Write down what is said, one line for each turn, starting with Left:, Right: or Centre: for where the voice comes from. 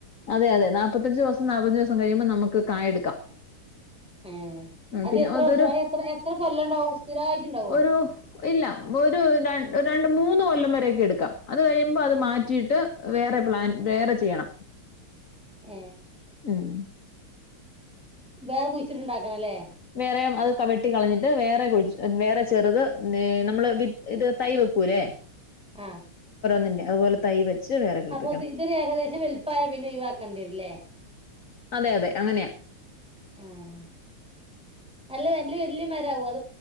Left: അതെ അതെ നാപ്പത്തഞ്ചോസം നാല്പ്പഞ്ചു ദിവസം കഴിയുമ്പോ നമുക്ക് കായെടുക്കാം
Centre: ഏഹ്
Left: ഉം
Centre: അത്
Left: പിന്നെ
Centre: എത്ര
Left: അതൊരു
Centre: വർഷം അത് എത്ര എത്ര കൊല്ലം ഇണ്ടാവും സ്ഥിരായിട്ടുണ്ടാവോ
Left: ഒരു ഇല്ല ഒരു ര രണ്ട് മൂന്ന് മൂന്ന് കൊല്ലം വരൊക്കെ എടുക്കാം അത് കഴിയുമ്പോ അത് മാറ്റിയിട്ട് വേറെ പ്ലാൻ വേറെ ചെയ്യണം
Centre: ആ
Left: ഉം
Centre: വേറെ കുഴിച്ചിട്ടുണ്ടാക്കണം അല്ലേ
Left: വേറെ അത് കവിട്ടി കളഞ്ഞിട്ട് വേറെ കുഴ വേറെ ചെറുത് നമ്മള് വി ഇത് തൈ വെക്കൂല്ലേ
Centre: ആഹ
Left: ണ്ട് അതുപലെ തൈ വെച്ച് വേറെ കിളിപ്പിക്കണം
Centre: അപ്പൊ ഇതൊരു ഏകദേശം വലുപ്പായ പിന്നെ ഒഴിവാക്കണ്ടിരില്ലേ
Left: അതെ അതെ അങ്ങനെയാ
Centre: ആഹ നല്ല നല്ല ഇല് മരവും അ